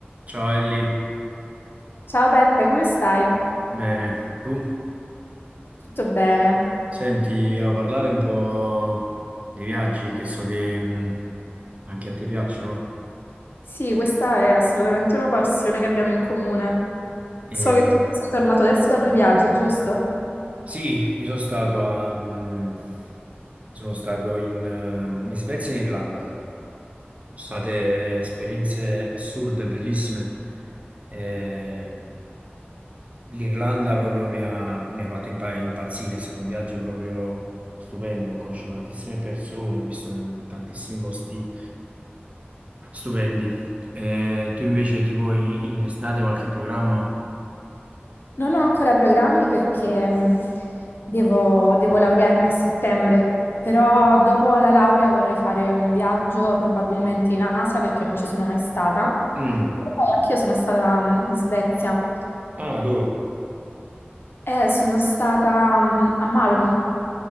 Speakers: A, on the right; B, on the left.
A: Ciao Ellie,
B: Ciao Peppe, come stai?
A: bene, tu?
B: Tutto bene?
A: Senti, a parlare un po' dei viaggi che so che mh, anche a te piacciono.
B: Sì, questa è assolutamente una passione che abbiamo in comune.
A: E,
B: So che tu sei tornato adesso da due viaggi, giusto?
A: sì, io sono stato a, mh, sono stato in, ehm, in Svezia e in Irlanda. Sono state esperienze assurde, bellissime. Eh, L'Irlanda proprio mi ha, mi ha fatto impa- impazzire, è stato un viaggio proprio stupendo, ho conosciuto tantissime persone, ho visto mm, tantissimi posti stupendi. Eh, tu invece tipo in, in estate qualche programma?
B: Non ho ancora programmi perché mh, devo, devo laurearmi a settembre, però dopo la laurea vorrei fare un viaggio probabilmente in Asia perché non ci sono mai stata.
A: Mm.
B: Però poi anch'io sono stata mh, in Svezia
A: Ah, dove?
B: e sono stata mh, a Malmo.